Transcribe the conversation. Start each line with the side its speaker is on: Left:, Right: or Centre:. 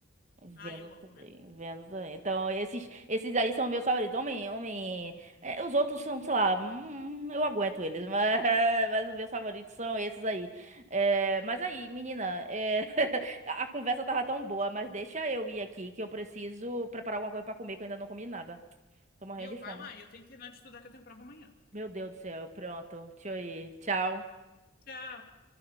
Right: Vendo
Left: Ah, eu
Right: também,
Left: amo, velho.
Right: vendo também. Então, esses, esses aí são meus favoritos. Homem, homem. é, os outros são, sei lá, hum, eu aguento eles, mas, <laughs> mas os meus favoritos são esses aí. É, mas aí, menina, é, <laughs> a a conversa tava tão boa, mas deixa eu ir aqui que eu preciso preparar alguma coisa pra comer, que eu ainda não comi nada. Tô morrendo
Left: Meu,
Right: de fome.
Left: vai lá, eu tenho que terminar de estudar que eu tenho prova amanhã.
Right: Meu Deus do céu, pronto. Deixa eu ir. Tchau.
Left: Tchau.